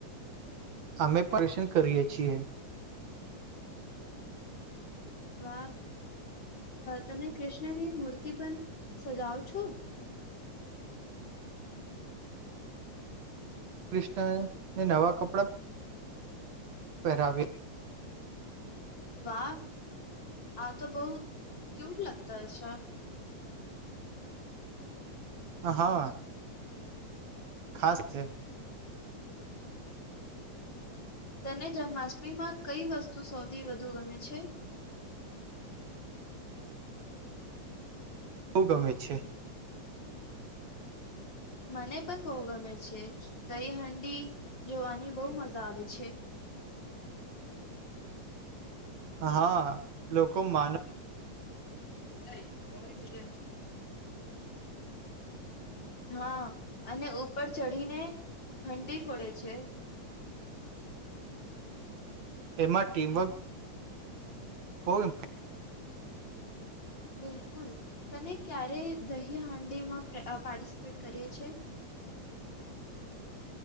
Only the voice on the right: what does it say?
અમે પરશન કરીએ છીએ.
કૃષ્ણ ને નવા કપડાં પહેરાબી
હા. ખાસ થે.
બહુ ગમે છે.
હા લોકો માનો
એમાં ટીમવર્ક હોય